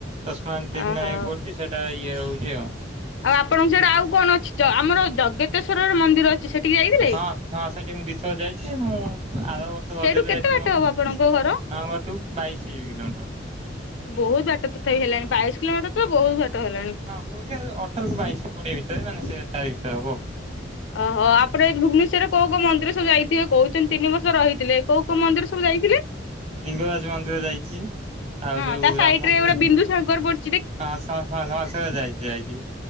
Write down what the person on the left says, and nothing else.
ଓହୋ
ଆଉ ଆପଣଙ୍କ ସିଆଡେ ଆଉ କଣ ଅଛି? ଆମର ଜଗତେଶ୍ଵରର ମନ୍ଦିର ଅଛି। ସେଠିକି ଯାଇଥିଲେ?
ସେଇଠୁ କେତେ
ବାଟ
ହବ ଆପଣଙ୍କ ଘର?
ବହୁତ ବାଟ ତଥାପି ହେଲାଣି, ବାଇଶ କିଲୋମିଟର ତ ବହୁତ ବାଟ ହେଲାଣି।
ଓ ହୋ ଆପଣ ଏଇ ଭୁବନେଶ୍ୱରରେ କୋଉ କୋଉ ମନ୍ଦିର ସବୁ ଯାଇଥିବେ? କହୁ ଛନ୍ତି ତିନି ବର୍ଷ ରହିଥିଲେ, କୋଉ କୋଉ ମନ୍ଦିର ସବୁ ଯାଇଥିଲେ?
ହଁ
ତା ସାଇଟରେ
ଗୋଟେ ବିନ୍ଦୁସାଗର ପଡି